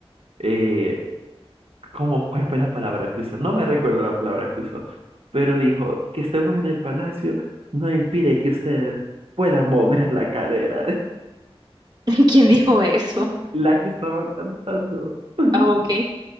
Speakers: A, on the right; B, on the right.
A: eh, ¿cómo, cuál fue la palabra que usó? No me recuerdo la palabra que usó, pero dijo que estemos en el palacio no impide que ustedes puedan mover la cadera,
B: <laughs> ¿Quién dijo eso?
A: <laughs> la que estaba cantando. <laughs>
B: Ah, ok.